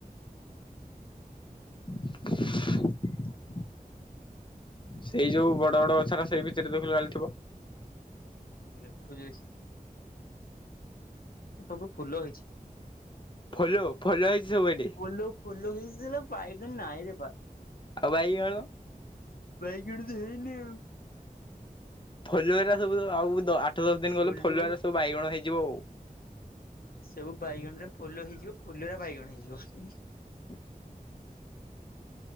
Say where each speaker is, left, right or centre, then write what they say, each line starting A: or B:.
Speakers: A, on the left; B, on the left.
A: <inaudible> ସେଇ ଯୋଉ ବଡ ବଡ ଗଛ ରା ସେଇ ଭିତରେ ତ <unintelligible> ଥିବ।
B: ଦେଖୁଯି ବେସ ଏ ସବୁ ଫୁଲ ହେଇଛି।
A: ଫଲୋ ଫଲୋ ହେଇଛି ସବୁ ଏଠି
B: ଫୁଲୋ ଫୁଲୋ ହେଇଥିଲା ବାଇଗଣ ନାହିଁରେ ଭାଇ।
A: ଆଉ ବାଇଗଣ।
B: ବାଇଗିଡି ତ ହେଇନି ଆଉ।
A: ଫଲୁଆରେ ସବୁ ଆଉ ଆଠ ଦଶ ଦିନ ଗଲେ
B: ପୋଲ
A: ଫଲୁଆରେ ସବୁ ବାଇଗଣ ହେଇଯିବ ଆଉ।
B: ସବୁ ବାଇଗଣ ରେ ଫୋଲ ହେଇଯିବ ଫୋଲରେ ବାଇଗଣ ହେଇଯିବ।
A: <inaudible>